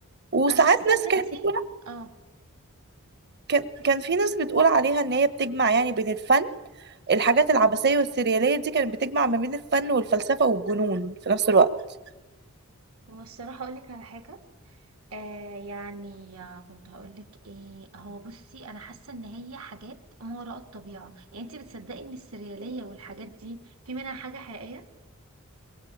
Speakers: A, on the right (about 50°); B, on the right (about 75°).
A: وساعات
B: انا حاسة
A: ناس
B: ان انتي
A: كانت بتقول
B: اه
A: كان كان في ناس بتقول عليها ان هي بتجمع يعني بين الفن الحاجات العبثية والسريالية دي كانت بتجمع ما بين الفن والفلسفة والجنون في نفس الوقت
B: هو الصراحة اقولك على حاجة آه يعني آه، كنت هقولك ايه هو بصي انا حاسة ان هي حاجات ما وراء الطبيعة يعني انتي بتصدقي ان السريالية والحاجات دي في منها حاجة حقيقية